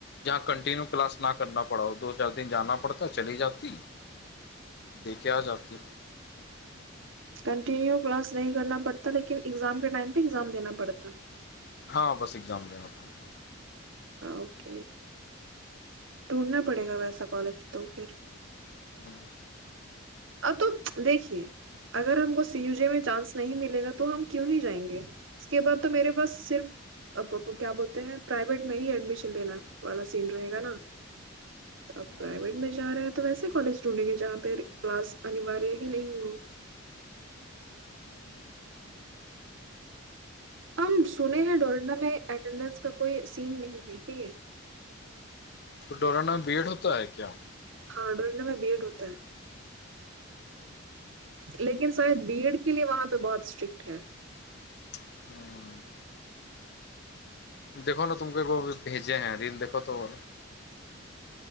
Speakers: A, on the left; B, on the right.
A: जहाँ कन्टिन्यू क्लास न करना पड़ा दो चारि दिन जाना पड़ता चली जाति देके आ जाती
B: कन्टिन्यू क्लास नहिं करना पड़ता लेकिन एग्जाम के टाइम पे एग्जाम देना पड़ता
A: हँ बस एग्जाम देना पड़ता
B: ओक ढूंढना पड़ेगा वैसा कॉलेज तो फिर
A: हँ
B: आ तू देखिए अगर हमको सी यूजे में चानंस नहि मिलेगा त हम क्यूं ही नहीं जाएंगे इसके बाद तो मेर पास सिर्फ
A: हम्म,
B: अ प्पू क्या बोलत है प्राइवेट मे ही एडमिशन लेना वाला सही रहेगा न त
A: हम्म,
B: प्राइवेट में जा रहेैऽ वैसे कॉलेज ढूँढेंगे जहाँ पे क्लास अनिवार्य ही न हो
A: हम्म।
B: आ सुनेहैं डोरना में अटेंडेंस का कोई सीन नहीं है ठीक है
A: डोरोनामे बीएड होता है क्या
B: हां डोराना में बीएड होता है लेकिन शायद बी एड के लिए वहाँ पे बहुत स्ट्रिक्ट है
A: <unintelligible> देखो ने तुमके को भेजे है रील देखो तो बोल